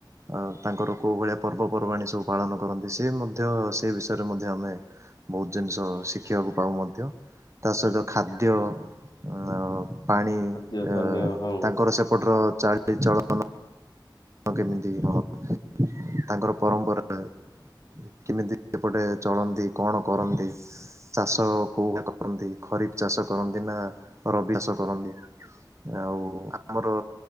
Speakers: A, on the right; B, on the left.
A: ଆ ତାଙ୍କର କୋଉ ଭଳିଆ ପର୍ବପର୍ବାଣି ସବୁ ପାଳନ କରନ୍ତି, ସେ ମଧ୍ୟ ସେ ବିଷୟରେ ମଧ୍ୟ ଆମେ। ବହୁତ୍ ଜିନିଷ ଶିଖିବାକୁ ପାଉ ମଧ୍ୟ। ତା ସହିତ ଖାଦ୍ୟ ଅ ପାଣି
B: ଖାଦ୍ୟ ପାନୀୟ
A: ଅ
B: ହଁ।
A: ତାଙ୍କର ସେପଟର ଚାଲିଚଳନ। ହଁ କେମିତି ହଁ ତାଙ୍କର ପରମ୍ପରା। କେମିତି ଏପଟେ ଚଳନ୍ତି କଣ କରନ୍ତି? ଚାଷ କୋଉ କରନ୍ତି। ଖରିଫ୍ ଚାଷ କରନ୍ତି ନା ରବି ଚାଷ କରନ୍ତି? ଆଉ ଆମର